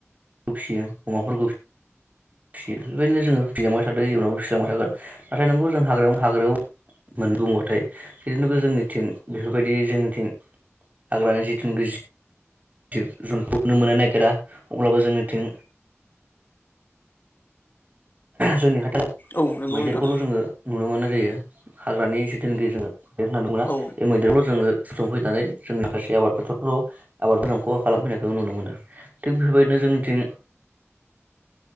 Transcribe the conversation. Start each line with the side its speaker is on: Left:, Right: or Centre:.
Right: खौ फियो अमाफोरखौ फिसियो बेफोरबायदिनो जोङो फिलांबाय थादों इयुनावबो फिलांबाय थागोन नाथाय नंगौ जों हाग्रायाव हाग्रायाव मोन बबाथाय बेफोरबादि जोंनिथिं बेफोरबायदि जोंनिथिं हाग्रानि जिथुनिखि जिब जुनखौनो मोननो नागिरा अब्लाबो जोंनिथिं जोंनि हाथ
Left: औ नंगौ
Right: मैदेरखौल
Left: नोंथां
Right: जोङो नुनो मोना जायो। <unintelligible> बेरायनो थांदोंमोना
Left: औ
Right: बे मैदेरल' जोङो संफैनानै जोंनि माखासे आबाद फोथारफोराव आबादफोरखौ खहा खालामफैनायखौ नुनो मोनो थिग बेफोरबायदिनो जोंनिथिं।